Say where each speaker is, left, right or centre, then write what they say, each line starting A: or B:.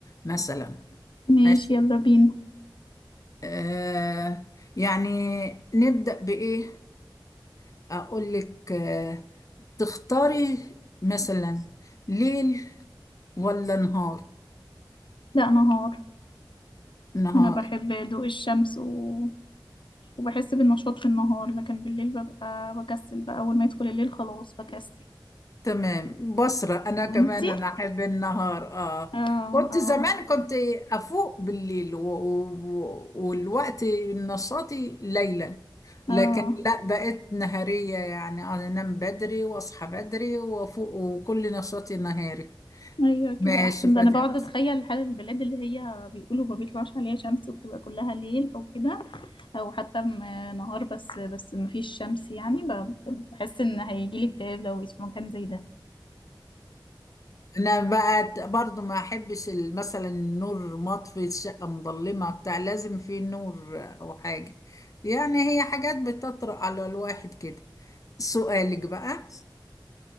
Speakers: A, on the left; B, on the left.
A: مثلا
B: ماشي
A: ماشي
B: يلا بينا
A: أه يعني نبدأ بإيه اقول لك آه، تختاري مثلا ليل ولا نهار
B: لا نهار
A: نهار
B: انا بحب ضوء الشمس و... وبحس بالنشاط في النهار لكن بالليل ببقى بكسل بقى اول ما يدخل الليل خلاص بكسل
A: تمام بصرة أنا كمان
B: وانتي
A: أنا أحب النهار آه
B: اه
A: كنت
B: اه
A: زمان كنت أفوق بالليل و... و... والوقت نشاطي ليلا لكن
B: اه
A: لا بقيت نهارية يعني أنا أنام بدري وأصحى بدري وأفوق وكل نشاطي نهاري
B: ايوه كده
A: ماشي
B: احسن
A: فادية
B: ده انا بقعد
A: بس
B: اتخيل حال البلاد اللي هي بيقولوا ما بيطلعش عليها شمس وبتبقى كلها ليل او كده او حتى م- نهار بس بس ما فيش شمس يعني ب- بحس ان هيجيلي اكتئاب لو بقيت في مكان زي ده
A: انا بقى ت- برضو ما احبش ال- مثلا النور مطفي الشقه مظلمه بتاع لازم في نور او حاجه يعني هي حاجات بتطرق على الواحد كده سؤالك بقى